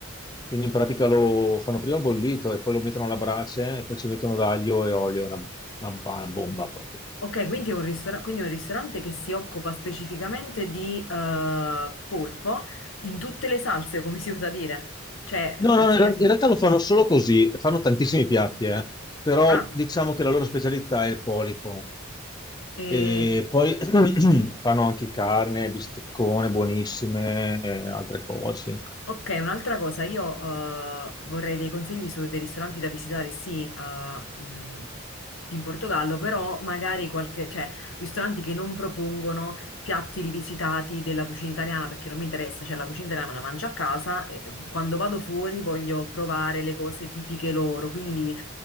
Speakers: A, on the left; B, on the left.
A: Quindi in pratica lo fanno prima bollito e poi lo mettono alla brace e poi ci mettono d'aglio e olio, è una, una ba- bomba proprio.
B: Ok, quindi è un ristora- quindi è un ristorante che si occupa specificamente di eh, polpo in tutte le salse, come si usa dire, cioè
A: No,
B: qualsiasi.
A: no, no, in real- in realtà lo fanno solo così, fanno tantissimi piatti, eh. Però
B: Ah.
A: diciamo che la loro specialità è il polipo.
B: E,
A: E poi <clears throat> fanno anche carne, bisteccone, buonissime, e altre cose.
B: ok, un'altra cosa, io eh, vorrei dei consigli su dei ristoranti da visitare, sì, eh, mh, in Portogallo, però magari qualche, cioè, Ristoranti che non propongono piatti rivisitati della cucina italiana perché non mi interessa, cioè la cucina italiana me la mangio a casa e eh, quando vado fuori voglio provare le cose tipiche loro, quindi